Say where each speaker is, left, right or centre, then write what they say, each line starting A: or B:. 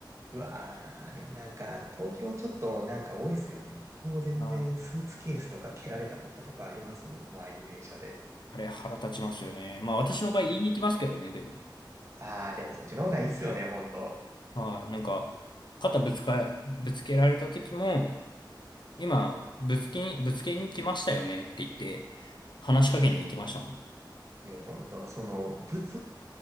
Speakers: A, on the right; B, on the left.
A: うわー、でもなんか東京ちょっとなんか多いっすよね。僕も全然スーツケースとか蹴られたこととかありますね。
B: はい、
A: 満員電車で。
B: あれ腹立ちますよね。まあ私の場合言いに行きますけどね、
A: えー、
B: でも。
A: あー、でもそっちの方がいいっすよね、本当
B: はい、なんか、肩ぶつか、ぶつけられた時も、今、ぶつけに、ぶつけに来ましたよねって言って、話しかけに行きましたもん。
A: ね、本当その、物